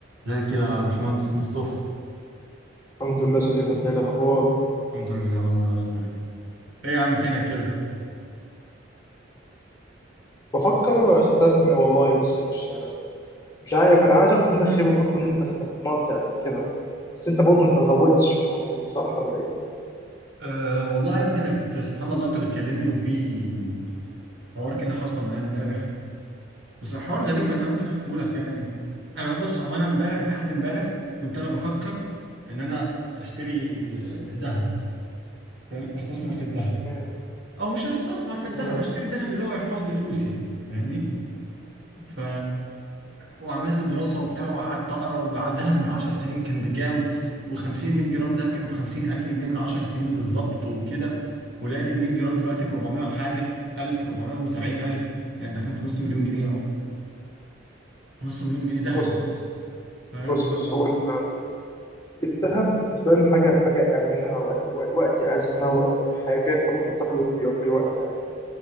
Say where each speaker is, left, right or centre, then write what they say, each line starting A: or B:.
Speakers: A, on the right; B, on the left.
A: ازيك يا باشمهندس مصطفى
B: الحمد لله صديقي انت ايه الاخبار
A: الحمد لله والله يا اخويا ايه يا عم فينك كده
B: بفكر استثمر والله بس مش مش عارف انا عايز اخد منك خبره بحكم ان انت استثمرت قبل كده بس انت برضه انت ما طولتش في الموضوع صح ولا ايه
A: أه والله يا ابني انا كنت سبحان الله انت بتكلمني وفي حوار كده حصل معايا امبارح بس حوار غريب انا ممكن احكيه لك يعني انا بص هو انا امبارح لحد امبارح كنت انا بفكر ان انا اشتري آه، ذهب فاهم استثمر في الذهب
B: تمام
A: او مش هستثمر في
B: تمام
A: الذهب اشتري ذهب اللي هو يحفظ لي فلوسي يعني فاهمني
B: مم.
A: ف وعملت دراسة وبتاع وقعدت أقرأ والذهب من 10 سنين كان بكام و50 100 جرام دهب كانوا ب 50000 جنيه من 10 سنين بالظبط وكده ولقيت ال 100 جرام دلوقتي ب 400 وحاجة 1000 470000 يعني داخلين في نص مليون جنيه أهو نص مليون جنيه دهب
B: بص بص
A: فاهم
B: بص
A: ف
B: بص هو ال- الذهب بالنسبه لنا حاجه حاجه امنه وقت الو- وقت ازمه وقت حاجه انت ممكن تاخده وتبيعه في اي وقت عادي